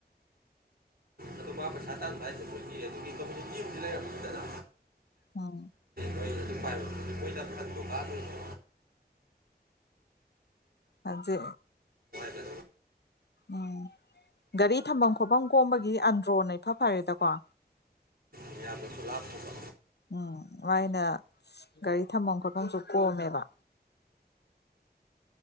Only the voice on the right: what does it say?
ꯑꯗꯨ ꯃꯥ ꯄꯩꯁꯥ ꯇꯥꯟꯕ ꯍꯥꯏꯁꯦ ꯃꯣꯏꯒꯤ ꯑꯗꯨꯒꯤ ꯀꯝꯃꯨꯅꯤꯇꯤ ꯑꯃꯗꯤ ꯂꯩꯔꯝꯅꯤꯗꯅ
ꯍꯣꯏ ꯑꯗꯨ ꯄꯥꯏꯕ ꯑꯩꯈꯣꯏꯗ ꯈꯟꯗ ꯀꯥꯟꯗꯣꯏꯅꯦ
ꯗ
ꯌꯥꯝꯌꯥꯝꯕꯁꯨ ꯂꯥꯞ ꯇꯀ